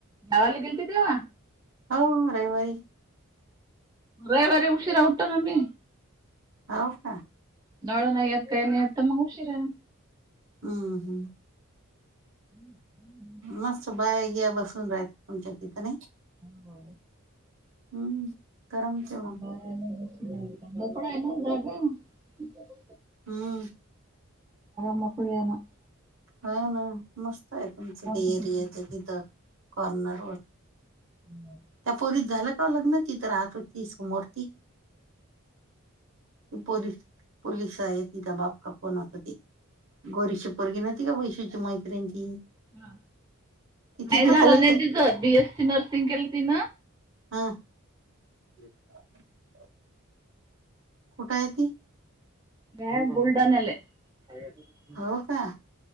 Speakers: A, on the right; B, on the right.
A: गावाला गेलति तेव्हा?
B: हो रविवारी!
A: रविवारी उशीरा उठतो ना मी.
B: हो का
A: नवरा नाही येत काही नाही येत तर मग उशीरा
B: हम्म हम्म!
A: <inaudible>
B: मस्त बाय या बसून राहायच तुमच्या तिथं नाही.
A: हो!
B: हम्म! करमते
A: <unintelligible>
B: मग हम्म!
A: मोकळी आहे ना?
B: हो ना मस्त आहे तुमचं ते
A: <unintelligible>
B: एरियाच्या तिथं कॉर्नर वर
A: <inaudible>
B: त्या पोरीच झालं का लग्न तिथं राहत होती समोर ती? पोलीस पोलिस आहे तीजा बाप का? पण आत गोरीशी पोरगी न्हवती का ती वैशूची मैत्रिन ती.
A: हा,
B: ती
A: नाही
B: तिथंच
A: झालं
B: राहते
A: नाही तिचं बीएससी नर्सिंग केलं तिन
B: हा <inaudible> कुठं आहे ती?
A: ती बुलढाण्याला आहे.
B: हो का,